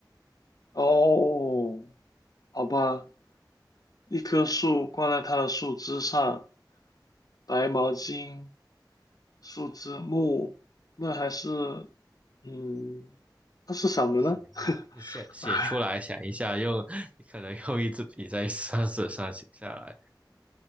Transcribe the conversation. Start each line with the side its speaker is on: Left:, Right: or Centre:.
Left: 哦，好吧。一棵树挂在它的树枝上，白毛巾、树枝木，那还是，嗯，它是什么呢？
Right: 想一下，写写出来，
Left: 哎，
Right: 想一下，用你可能用一支笔在沙纸上写下来，